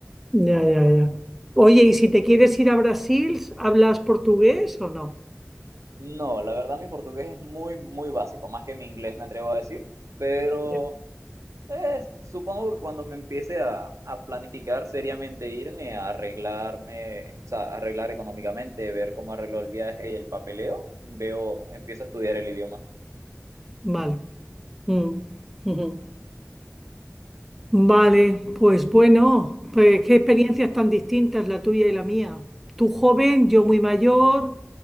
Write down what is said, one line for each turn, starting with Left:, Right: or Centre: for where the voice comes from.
Centre: ya, ya, ya. Oye, y si te quieres ir a Brasil, ¿hablas portugués o no?
Right: No, la verdad mi portugués es muy, muy básico, más que mi inglés me atrevo a decir, pero
Centre: Ya,
Right: eh, supongo que cuando me empiece a, a planificar seriamente irme, a arreglarme, o sea, arreglar económicamente, ver cómo arreglo el viaje y el papeleo, veo, empiezo a estudiar el idioma.
Centre: vale. mm, ujú. Vale, pues bueno, pues qué experiencias tan distintas la tuya y la mía. Tú joven, yo muy mayor,